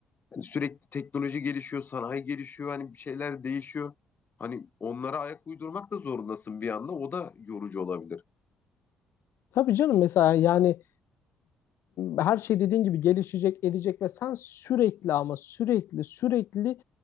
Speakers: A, on the left (about 40°); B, on the left (about 60°).
A: Yani sürekli teknoloji gelişiyor, sanayi gelişiyor, hani bir şeyler değişiyor. Hani onlara ayak uydurmak da zorundasın bir anda. O da yorucu olabilir.
B: Tabii canım mesela yani her şey dediğin gibi gelişecek, edecek ve sen sürekli ama sürekli sürekli